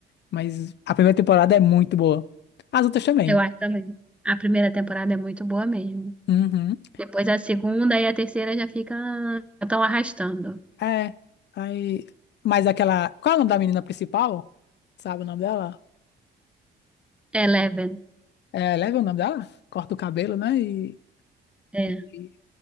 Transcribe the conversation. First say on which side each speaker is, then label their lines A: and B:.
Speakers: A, on the left; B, in the centre.
A: Mas a primeira temporada é muito boa. As outras também.
B: eu acho também. A primeira temporada é muito boa mesmo.
A: Uhum.
B: Depois a segunda e a terceira já fica, já estão arrastando.
A: É. Aí, mas aquela. Qual é o nome da menina principal? Sabe o nome dela?
B: Eleven.
A: É, leva o nome dela? Corta o cabelo, né? E,
B: É.
A: e